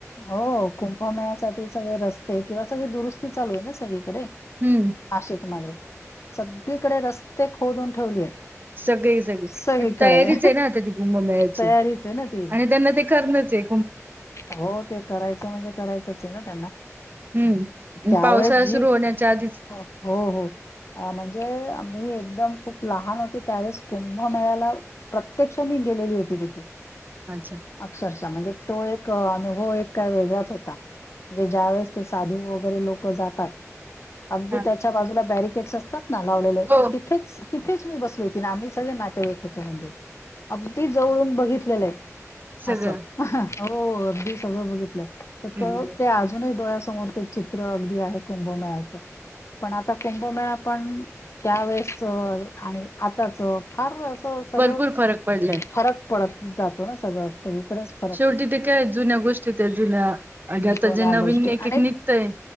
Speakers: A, on the left (about 60°); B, on the right (about 35°).
A: हो कुंभमेळ्यासाठी सगळे रस्ते किंवा सगळी दुरुस्ती चालू आहे ना सगळीकडे
B: हम्म
A: नाशिक मध्ये सगळीकडे रस्ते खोदून ठेवली आहेत.
B: सगळी सगळी
A: सगळीकडे
B: तयारीच आहे ना आता ती कुंभमेळ्याची
A: तयारीच आहे ना ती
B: आणि त्यांना ते करणच हाय
A: हो ते करायचं म्हणजे करायचंच आहे ना त्यांना
B: हम्म आणि
A: त्यावेळेस
B: पावसाळा
A: जी
B: सुरू होण्याच्या आधीच
A: हो हो अ म्हणजे मी एकदम खूप लहान होते त्यावेळेस कुंभमेळ्याला प्रत्यक्ष मी गेलेली होती तिथे
B: अच्छा
A: अक्षरशः म्हणजे तो एक अनुभव एक काय वेगळाच होता. म्हणजे ज्यावेेळेस ते साधू वगैरे लोकं जातात. अगदी
B: हा.
A: त्याच्या बाजूला बॅरिकेड्स असतात ना लावलेले
B: हो
A: तिथेच- तिथेच मी बसली होती ना आम्ही सगळे नातेवाईक होतो म्हणजे अगदी जवळून बघितलेलं आहे.
B: सगळं
A: असं हो अगदी सगळं बघितलय, तर
B: हम्म.
A: ते अजूनही डोळ्यांसमोर चित्र अगदी आहे, कुंभमेळ्याचं पण आता कुंभमे- पण त्यावेेळेसचं आणि आत्ताचं फार असं सगळं
B: भरपूर फरक पडलाय
A: फरक पडत जातो ना सगळं सगळीकडच फ-
B: शेवटी ते काय जुन्या गोष्टी त्या जुन्या ज्या आता
A: जुन्या
B: जे नवीन
A: गोष्टी
B: एक
A: आणि
B: एक निघतंय.